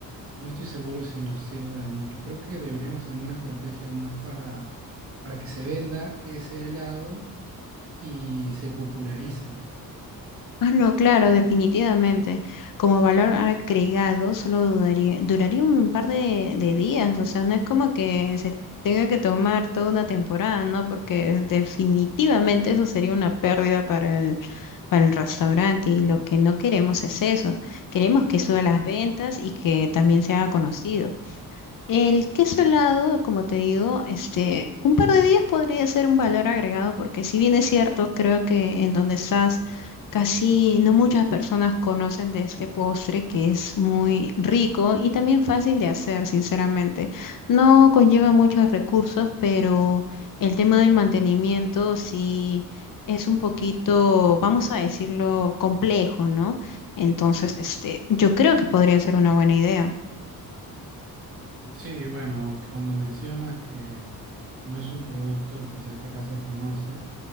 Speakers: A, on the right; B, on the left.
A: no estoy seguro si nos sirva de mucho. Creo que deberíamos tener una estrategia más para, para que se venda ese helado y se popularice.
B: Ah, no, claro, definitivamente. Como valor agregado, solo dudaría- duraría un par de, de días, o sea, no es como que se tenga que tomar toda una temporada, ¿no? Porque definitivamente eso sería una pérdida para el, para el restaurante y lo que no queremos es eso. Queremos que suba las ventas y que también se haga conocido. El queso helado, como te digo, este, un par de días podría ser un valor agregado porque si bien es cierto, creo que en donde estás casi no muchas personas conocen de este postre que es muy rico y también fácil de hacer, sinceramente. No conlleva muchos recursos, pero el tema del mantenimiento sí es un poquito, vamos a decirlo, complejo, ¿no? Entonces, este, yo creo que podría ser una buena idea.
A: Sí, bueno, aunque cuando mencionas que no es un producto quizás que acá se conoce,